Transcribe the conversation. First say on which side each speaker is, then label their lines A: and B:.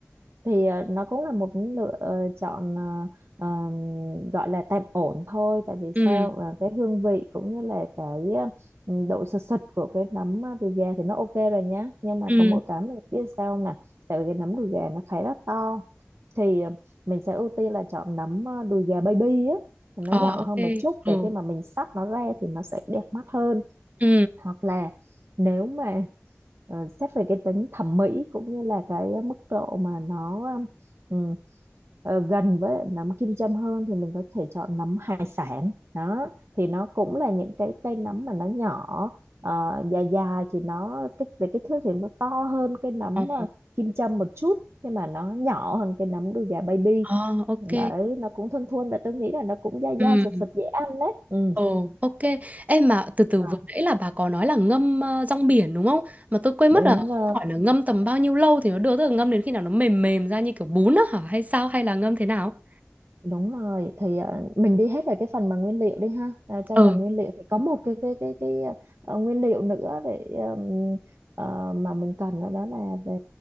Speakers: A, on the right; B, on the right.
A: thì ờ, nó cũng là một lựa ờ, chọn ờ, ờm, gọi là tạm ổn thôi tại vì
B: Ừ
A: sao Ờ, cái hương vị cũng như là cái ờ, độ sật sật của cái nấm ờ, đùi gà thì nó ok rồi nhá nhưng mà
B: Ừ
A: có mỗi cái mình biết sao nè tại vì cái nấm đùi gà nó khá là to thì ờ, mình sẽ ưu tiên là chọn nấm ờ, đùi gà baby á thì nó
B: Ờ
A: nhỏ
B: ok
A: hơn một chút
B: Ừ
A: để khi mà mình xắt nó ra thì nó sẽ đẹp mắt hơn
B: Ừ
A: hoặc là nếu mà ờ, xét về cái tính thẩm mỹ cũng như là cái mức độ mà nó ừm, ờ, gần với nấm kim châm hơn thì mình có thể chọn nấm hải sản đó thì nó cũng là những cái cây nấm mà nó nhỏ ờ, dài dài thì nó kích về kích thước thì nó to hơn cái nấm
B: Ờ
A: ờ, kim châm một chút nhưng mà nó nhỏ hơn cái nấm đùi gà baby
B: ờ, ok
A: đấy nó cũng thon thon và tôi nghĩ là nó cũng dai
B: Ừ
A: dai sật sật dễ ăn đấy ừ.
B: Ồ, ok. Em mà từ từ
A: Vâng.
B: vừa nãy là bà có nói là ngâm ờ, rong biển đúng không? Mà tôi quên
A: đúng
B: mất là không
A: ờ,
B: hỏi là ngâm tầm bao nhiêu lâu thì nó được, tức là ngâm đến khi nào nó mềm mềm ra như kiểu bún á hả? Hay sao? Hay là ngâm thế nào?
A: Đúng rồi thì ờ, mình đi hết về cái phần mà nguyên liệu đi ha à, trong
B: Ờ,
A: phần nguyên liệu thì có một cái cái cái cái ờ, nguyên liệu nữa để ừm, ờ, mà mình cần đó, đó là về